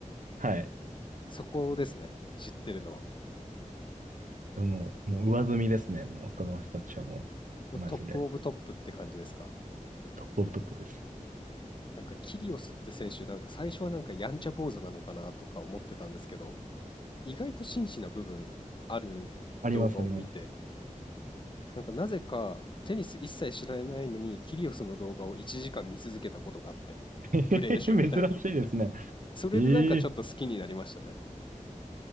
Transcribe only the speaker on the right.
はい。
でも、もう上積みですね。もう、その人たちはもう、
マジで、トップオブトップです。
ありますあります。
<laughs> 珍しいですね。
ええ